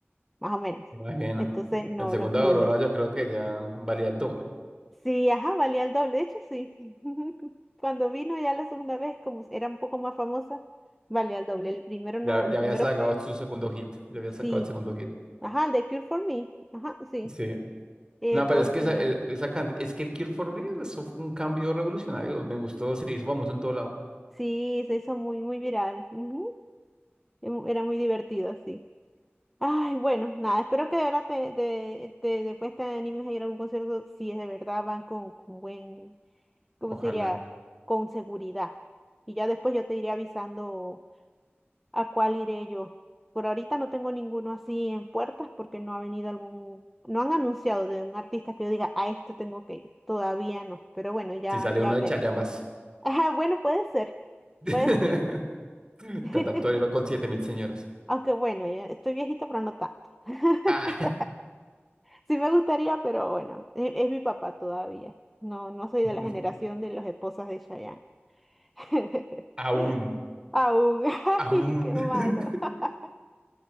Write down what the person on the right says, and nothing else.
Me imagino.
El segundo
Aurora, yo creo que ya valía el doble.
Ya,
ya
había sacado
su segundo hit. Ya había
sacado el segundo hit.
Sí.
No, pero es que esa, eh, esa can- es que el Cure for Me, pues, eso fue un cambio revolucionario. Me gustó, se hizo famoso en todo lado.
Ojalá.
Si sale
uno de
Chayambas.
<laughs>
Cantar torero con siete mil señoras.
Ah,
<laughs>
aún,
aún.
<laughs>